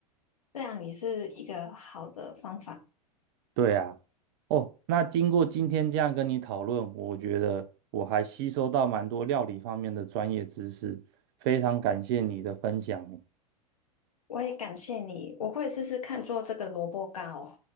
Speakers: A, on the left; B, on the right.
A: 这样也是一个好的方法，
B: 对啊，哦，那经过今天这样跟你讨论，我觉得我还吸收到蛮多料理方面的专业知识，非常感谢你的分享欸。
A: 我也感谢你，我会试试看做这个萝卜糕。